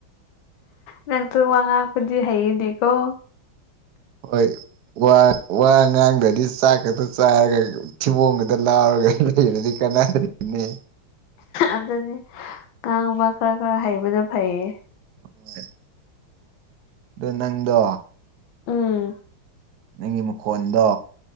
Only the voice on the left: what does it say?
ꯅꯪꯁꯨ ꯋꯥ ꯉꯥꯡꯄꯗꯤ ꯍꯩꯌꯦꯅꯦꯀꯣ
ꯑꯗꯨꯗꯤ ꯉꯥꯡꯕ ꯈꯔ ꯈꯔ ꯍꯩꯕꯅ ꯐꯩꯌꯦ
ꯎꯝ